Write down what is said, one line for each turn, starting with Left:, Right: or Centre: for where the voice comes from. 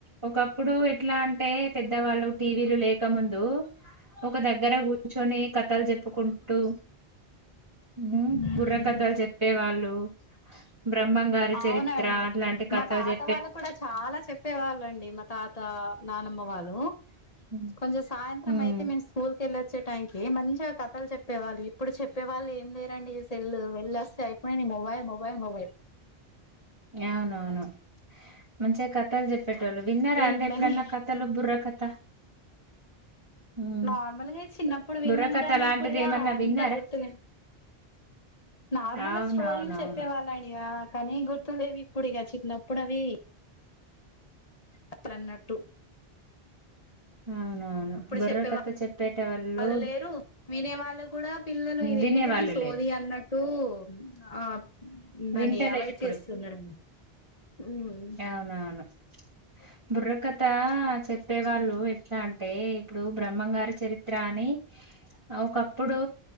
Right: ఒకప్పుడు ఎట్లా అంటే పెద్దవాళ్ళు టీవీలు లేకముందు దు ఒక దగ్గర కూర్చొని కథలు చెప్పుకుంటూ ఉ
Left: ఉమ్
Right: బుర్ర కథాలు చెప్పే వాళ్ళు బ్రహ్మంగారి
Left: అవునండి
Right: చరిత్ర అట్లాంటి కథలు
Left: మా తాత
Right: చె
Left: వాళ్ళు కూడా చాలా చెప్పే వాళ్ళండి మా తాత నానమ్మ వాళ్ళు
Right: హ్మ్
Left: కొంచెం సాయంత్రం
Right: హ్మ్.
Left: అయితే మేం స్కూల్ కెళ్ళే వచ్చే టైకి మంచిగా కథలు చెప్పేవాళ్ళు ఇప్పుడు చెప్పేవాళ్ళు ఏం లేరండి ఈ సెల్ వెళ్ళ వస్తే అయిపోయి మొబైల్ మొబైల్ మొబైల్
Right: అవునవును మంచిగా కథాలు చెప్త చెపేటోళ్ళు విన్నారా అంటే
Left: ఇట్లని
Right: ఎప్పుడైన్నా కథలు బుర్ర కథ హ్మ్
Left: నార్మల్గా చిన్నప్పుడు విన్నాం
Right: బుర్రకథ
Left: కానీ
Right: అలాంటిది
Left: ఇప్పుడుగా
Right: ఏమన్నా
Left: అంత
Right: విన్నారా
Left: గుర్తులేదు నార్మల్
Right: అవునవునవును
Left: స్టోరీలు చెప్పే వాళ్ళని ఆ కానీ గుర్తులేదు ఇప్పుడు ఇక చిన్నప్పుడు అవి అప్పుడన్నట్టు
Right: అవునవును
Left: ఇప్పుడు
Right: బుర్రకథ
Left: చెప్పే వాళ్
Right: చెప్పేట వాళ్ళు
Left: వాళ లేరు వినే వాళ్ళు కూడా పిల్లలు ఇదేం
Right: వినేవాళ్ళు
Left: ఇది సోది
Right: లేరు
Left: అన్నట్టు ఆ దాన్ని
Right: వింటలేరు
Left: అవాయిడ్
Right: ఇప్పుడు
Left: చేస్తున్నారండి ఉమ్
Right: అవునవును బుర్రకథ చెప్పేవాళ్ళు ఎట్లా అంటే ఇప్పుడు బ్రహ్మంగారి చరిత్ర అని ఒకప్పుడు